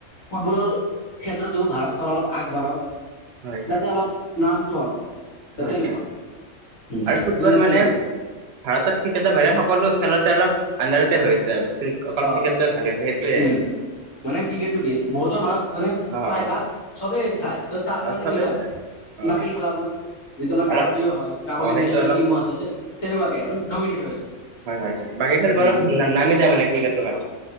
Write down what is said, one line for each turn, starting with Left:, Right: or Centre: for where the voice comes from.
Left: ফুটবলৰ ক্ষেত্ৰতো ভাৰতখন অলপ আগবাঢ়ক।
Right: হয় হয়
Left: যাতে অলপ নামটো হওক
Right: হয়
Left: তেনেকুৱা
Right: হয়
Left: উম,
Right: আৰু ফুটবল মানে
Left: তেনেকুৱা।
Right: ভাৰতত ক্ৰিকেটৰ বাহিৰে সকলো খেলতে অলপ <unintelligible> হৈ আছে। <unintelligible>
Left: অ',
Right: ক্ৰিকেটটোৱে ভালে হৈছে সেইটোৱে
Left: উম, মানে ক্ৰিকেটটো কি বহুতৰ মাজত মানে প্ৰায়
Right: অ
Left: ভাগ চবেই চায়, ত তাৰ কাৰণে
Right: আৰু চবেই
Left: কি হয়
Right: দিছে অ
Left: বাকী খেলাবোৰ যি তোমাৰ কাবাডীও
Right: অলপ
Left: হয়, কাবাডী
Right: অ সেইটো
Left: নেশ্যনেল
Right: অলপ
Left: টিমো আছে তেনেকুৱাকে ডমিনেট হৈ আছে।
Right: হয় হয় হয়, বাকি খেলবোৰক
Left: উম
Right: নামি যাই মানে। <unintelligible>